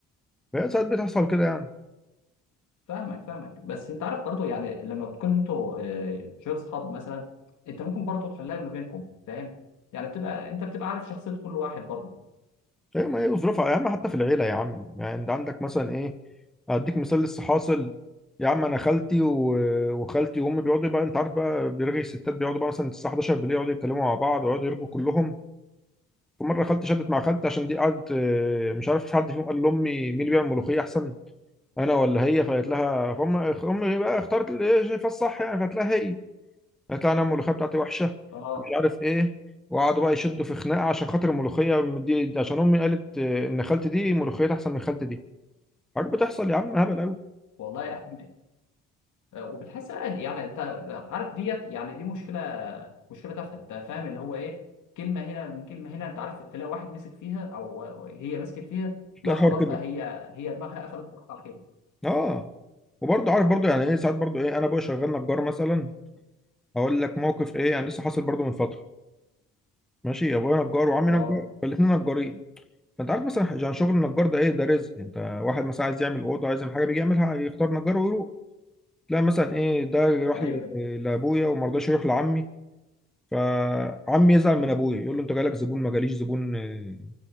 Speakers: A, in the centre; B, on the left.
A: فهي ساعات بتحصل كده يعني
B: فاهمك فاهمك بس انت عارف برضو يعني لما بتكون انتوا آه، شويه اصحاب مثلا انت ممكن برضو تحلها ما بينكم فاهم يعني بتبقى انت بتبقى عارف شخصيه كل واحد برضو
A: ايوه ما هي وظروفها يا عم حتى في العيله يا عم يعني انت عندك مثلا ايه اديك مثال لسه حاصل يا عم انا خالتي و- وخالتي وامي بيقعدوا بقى انت عارف بقى بيرغي الستات بيقعدوا بقى مثلا الساعه 11 بالليل يقعدوا يتكلموا مع بعض ويقعدوا يرغوا كلهم فمره خالتي شدت مع خالتي عشان دي قعدت آه، مش عارف مش حد فيهم قال لامي مين اللي بيعمل ملوخيه احسن انا ولا هي فقالت لها فام امي بقى اختارت اللي هي شايفاه الصح يعني فقالت لها هي هيطلع انا الملوخيه بتاعتي وحشه
B: اه
A: مش عارف ايه وقعدوا بقى يشدوا في خناقه عشان خاطر الملوخيه دي دي عشان امي قالت آه، ان خالتي دي ملوخيتها احسن من خالتي دي حاجات بتحصل يا عم هبل قوي
B: والله يعني آه، وبتحس بقى يعني انت عارف ديت يعني دي مشكله مشكله تافهه انت فاهم اللي هو ايه كلمه هنا من كلمه هنا انت عارف تلاقي واحد مسك فيها او هي مسكت فيها
A: بتلاقي
B: لا خلاص
A: الحوار كده
B: بقى هي هي دماغها قفلت خلاص على كده
A: اه وبرضه عارف برضه يعني ايه ساعات برضه ايه انا ابويا شغال نجار مثلا هقول لك موقف ايه يعني لسه حاصل برضه من فتره ماشي ابويا نجار وعمي
B: اه
A: نجار فالاثنين نجارين فانت عارف مثلا يعني شغل النجار ده ايه ده رزق انت واحد مثلا عايز يعمل اوضه عايز يعمل حاجه بيجي يعملها يختار نجار ويروح تلاقي مثلا ايه ده راح
B: ايوه أيوة.
A: ل- لابويا وما رضاش يروح لعمي فعمي يزعل من ابويا يقول له انت جالك زبون ما جاليش زبون آه،